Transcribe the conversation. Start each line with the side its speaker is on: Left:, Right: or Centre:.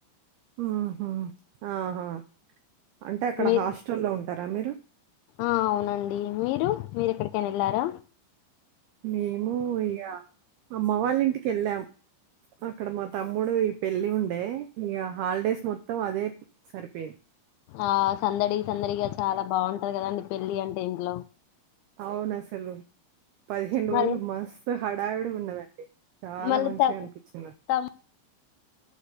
Right: ఆహ ఆహా అంటే అక్కడ
Left: మీ
Right: హాస్టల్లో ఉంటారా మీరు
Left: ఆ అవునండి మీరు మీరెక్కడికైనా ఎళ్ళారా
Right: మేము ఇగ అమ్మ వాళ్ళింటికెళ్ళాము అక్కడ మా తమ్ముడు ఈ పెళ్లి ఉండే ఇగ హాలిడేస్ మొత్తం అదే సరిపోయింది
Left: ఆ సందడి సందడిగా చాలా బాగుంటది కదండి పెళ్ళి అంటే ఇంట్లో
Right: అవును అసలు పదిహేను
Left: మళ్
Right: రోజులు మొ హడావిడిగున్నదండి చాలా
Left: మళ్ళీ
Right: మంచిగ
Left: త
Right: అనిపిచ్చింద
Left: తమ్ముడు